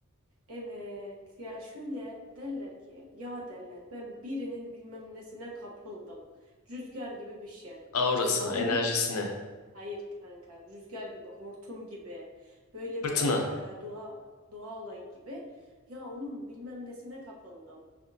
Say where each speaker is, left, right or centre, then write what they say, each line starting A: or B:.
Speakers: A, on the right; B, on the left.
A: Evet ya şöyle derler ki ya derler ben birinin bilmem nesine kapıldım. Rüzgar gibi bir şey.
B: Aurasına,
A: Ya onun
B: enerjisine,
A: hayır kanka rüzgar gibi hortum gibi böyle
B: fırtına,
A: bir e, doğa doğa olayı gibi ya onun bilmem nesine kapıldım.